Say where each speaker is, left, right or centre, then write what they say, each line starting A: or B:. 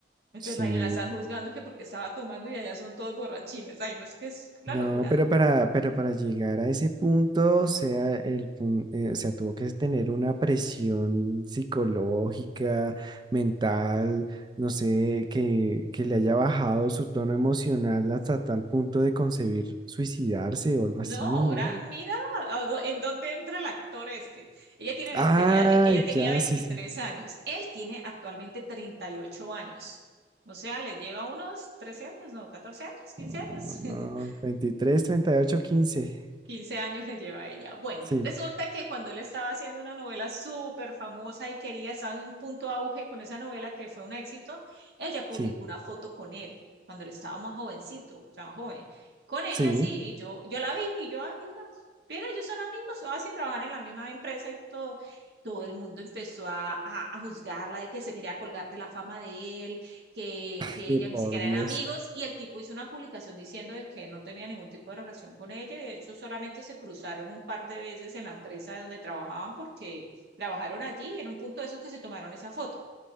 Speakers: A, on the right (about 70°); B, on the right (about 25°).
A: Entonces,
B: Sí.
A: imagínate, la están juzgando que porque estaba tomando y allá son todos borrachines. Ay, no, es que es la
B: No,
A: locura.
B: pero para, pero para llegar a ese punto, o sea, el, pun- eh, o sea, tuvo que tener una presión psicológica, mental, no sé, que, que le haya bajado su tono emocional hasta tal punto de concebir suicidarse o algo
A: No,
B: así,
A: ahora
B: ¿no?
A: mira a dó- en dónde entra el actor este. Ella tiene, ve-
B: Ah,
A: tenía, ella tenía
B: ya,
A: 23
B: sí, sí.
A: años, él tiene actualmente 38 años. O sea, le lleva unos 13 años, no, 14 años, 15
B: Oh,
A: años.
B: no,
A: <laughs>
B: 23, 38, 15.
A: 15 años le lleva a ella. Bueno,
B: Sí,
A: resulta que cuando él estaba haciendo una novela súper famosa y quería estar en un punto auge con esa novela que fue un éxito, ella publicó
B: sí,
A: una foto con él cuando él estaba más jovencito, o sea, joven. Con ella
B: sí.
A: sí, y yo, yo la vi y yo, ah, mira, mira, ellos son amigos, así trabajan en la misma empresa y todo. Todo el mundo empezó a, a, a juzgarla de que se quería colgar de la fama de él, que,
B: Ay,
A: que ellos ni
B: por
A: siquiera
B: Dios.
A: eran amigos y el tipo hizo una publicación diciendo de que no tenía ningún tipo de relación con ella y de hecho solamente se cruzaron un par de veces en la empresa donde trabajaban porque trabajaron allí y en un punto de esos que se tomaron esa foto